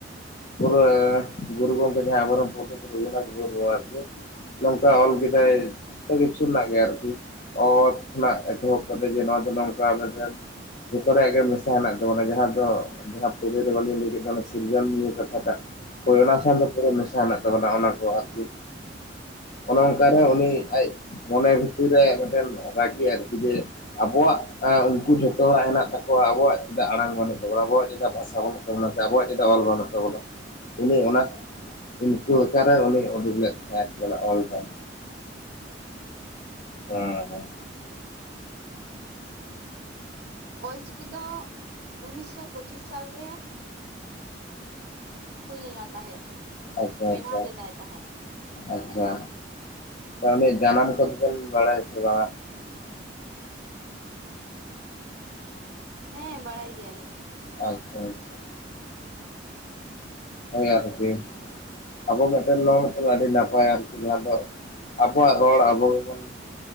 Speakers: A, on the left; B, on the right.
A: ᱯᱩᱨᱟᱹ ᱜᱩᱨᱩ ᱜᱚᱝᱠᱮ ᱡᱟᱦᱟᱸ ᱟᱵᱚᱨᱮᱱ ᱯᱚᱱᱰᱤᱛ ᱨᱚᱜᱷᱩᱱᱟᱛᱷ ᱢᱩᱨᱢᱩ ᱟᱨᱠᱤ ᱱᱚᱝᱠᱟ ᱚᱞ ᱠᱮᱫᱟᱭ ᱡᱚᱛᱚ ᱠᱤᱪᱷᱩ ᱨᱮᱱᱟᱜ ᱜᱮ ᱟᱨᱠᱤ ᱚᱛ ᱠᱷᱚᱱᱟᱜ ᱮᱛᱚᱦᱚᱵ ᱛᱚᱵᱮ ᱡᱮ ᱱᱚᱣᱟ ᱫᱚ ᱱᱚᱝᱠᱟ ᱢᱮᱱᱠᱷᱟᱱ ᱡᱷᱚᱛᱚ ᱨᱮᱭᱟᱜ ᱜᱮ ᱢᱮᱥᱟ ᱦᱮᱱᱟᱜ ᱛᱟᱵᱚᱱᱟ ᱡᱟᱦᱟᱸ ᱫᱚ ᱡᱟᱦᱟᱸ ᱯᱳᱭᱞᱳ ᱨᱮ ᱵᱟᱹᱞᱤᱧ ᱞᱟᱹᱭ ᱠᱮᱫᱟ ᱥᱤᱨᱜᱹᱞ ᱱᱤᱭᱹ ᱠᱟᱛᱷᱟᱴᱟᱜ ᱦᱳᱭ ᱚᱱᱟ ᱥᱟᱶ ᱫᱚ ᱯᱩᱨᱟᱹ ᱢᱮᱥᱟ ᱦᱮᱱᱟᱜ ᱛᱟᱵᱚᱱᱟ ᱚᱱᱟ ᱠᱚ ᱟᱨᱠᱤ ᱚᱱᱮ
B: ᱦᱮᱸ
A: ᱚᱱᱠᱟᱨᱮ ᱩᱱᱤ ᱟᱡ ᱢᱚᱱᱮ ᱵᱷᱤᱛᱤᱨ ᱨᱮ ᱢᱤᱫᱴᱮᱱ ᱨᱟᱹᱜᱤ ᱟᱨᱠᱤ ᱡᱮ ᱟᱵᱚᱣᱟᱜ ᱩᱱᱠᱩ ᱡᱷᱚᱛᱚ ᱦᱚᱲᱟᱜ ᱦᱮᱱᱟᱜ ᱛᱟᱠᱚᱣᱟ ᱟᱵᱚᱣᱟᱜ ᱪᱮᱫᱟᱜ ᱟᱲᱟᱝ ᱵᱟᱹᱱᱩᱜ ᱛᱟᱵᱚᱱᱟ ᱟᱵᱚᱣᱟᱜ ᱪᱮᱫᱟᱜ ᱵᱷᱟᱥᱟ ᱵᱟᱹᱱᱩᱜ ᱛᱟᱵᱩᱱᱟ ᱥᱮ ᱟᱵᱚᱣᱟᱜ ᱪᱮᱫᱟᱜ ᱚᱞ ᱵᱟᱹᱱᱩᱜ ᱛᱟᱵᱚᱱᱟ ᱩᱱᱤ ᱚᱱᱟ ᱩᱱᱠᱩ ᱟᱠᱟᱨᱮ ᱩᱱᱤ ᱩᱰᱩᱠ ᱞᱮᱫ ᱛᱟᱸᱦᱮᱜ ᱚᱱᱟ ᱚᱞ ᱴᱟᱜ ᱦᱩᱸ ᱦᱩᱸ
B: ᱚᱞᱪᱤᱠᱤ ᱫᱚ ᱩᱱᱤᱥᱥᱚ ᱯᱚᱸᱪᱤᱥ ᱥᱟᱞᱨᱮ ᱦᱩᱭ ᱞᱮᱱᱟ ᱛᱟᱸᱦᱮᱫ
A: ᱟᱪᱪᱷᱟ
B: ᱵᱮᱱᱟᱣ
A: ᱟᱪᱪᱷᱟ
B: ᱞᱮᱫᱟᱭ ᱛᱟᱸᱦᱮᱫ
A: ᱟᱪᱪᱷᱟ ᱩᱱᱤᱭ ᱡᱟᱱᱟᱢ ᱠᱚᱫᱚᱵᱮᱱ ᱵᱟᱲᱟᱭᱟ ᱥᱮ ᱵᱟᱝᱼᱟ <unintelligible>
B: ᱦᱮᱸ ᱵᱟᱲᱟᱭ ᱜᱮᱭᱟᱞᱤᱧ
A: ᱟᱪᱪᱷᱟ ᱟᱪᱪᱷᱟ ᱦᱳᱭ ᱟᱨᱠᱤ ᱟᱵᱚ ᱢᱤᱫᱴᱮᱱ ᱱᱚᱣᱟ ᱢᱤᱫᱴᱮᱱ ᱟᱹᱰᱤ ᱱᱟᱯᱟᱭᱟ ᱟᱨᱠᱤ ᱡᱟᱸᱦᱟ ᱫᱚ ᱟᱵᱚᱣᱟᱜ ᱨᱚᱲ ᱟᱵᱚ ᱜᱮᱵᱚᱱ